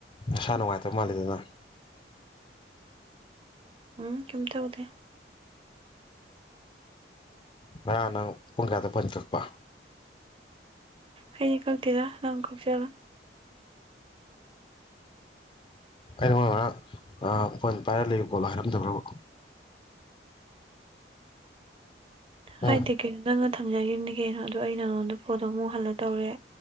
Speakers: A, on the left; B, on the right.
A: ꯏꯁꯁꯥ ꯅꯨꯡꯉꯥꯏꯇꯕ ꯃꯥꯜꯂꯤꯗꯅꯪ꯫
B: ꯎꯝ ꯀꯦꯝ ꯇꯧꯗꯦ
A: ꯉꯔꯥꯡ ꯅꯪ ꯄꯨꯡ ꯀꯌꯥꯗ ꯄꯟ ꯀꯛꯄ
B: ꯍꯩꯗꯤ ꯀꯛꯇꯦꯗꯥ ꯅꯪ ꯀꯛꯆꯔꯥ
A: ꯑꯩ ꯅꯪꯉꯣꯟꯗꯥ ꯉꯔꯥꯛ ꯑ ꯐꯣꯟ ꯄꯥꯏꯔ ꯂꯩꯌꯨ ꯈꯣꯠꯂꯨ ꯍꯥꯏꯔꯝꯗꯕ꯭ꯔꯕ
B: ꯍꯥꯏꯗꯦ
A: ꯎꯝ
B: ꯀꯩꯅꯣ ꯅꯪꯅ ꯊꯝꯖꯈꯤꯕꯅꯤ ꯀꯩꯅꯣ ꯑꯗꯨ ꯑꯩꯅꯔꯣ ꯑꯗꯨ ꯐꯣꯟꯗꯣ ꯑꯃꯨꯛ ꯍꯜꯂ ꯇꯧꯔꯦ